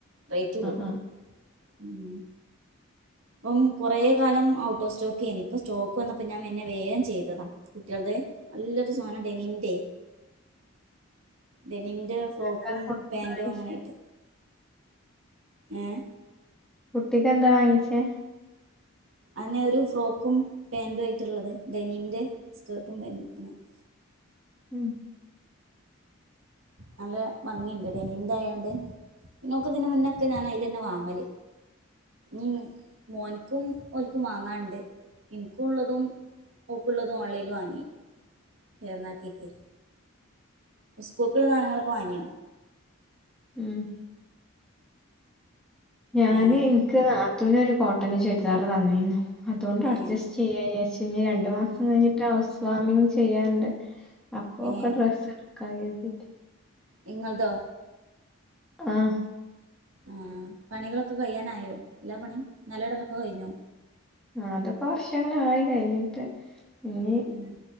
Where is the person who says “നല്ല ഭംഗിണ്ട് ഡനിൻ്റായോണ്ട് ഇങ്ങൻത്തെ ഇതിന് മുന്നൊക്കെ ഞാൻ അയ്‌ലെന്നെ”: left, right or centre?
Right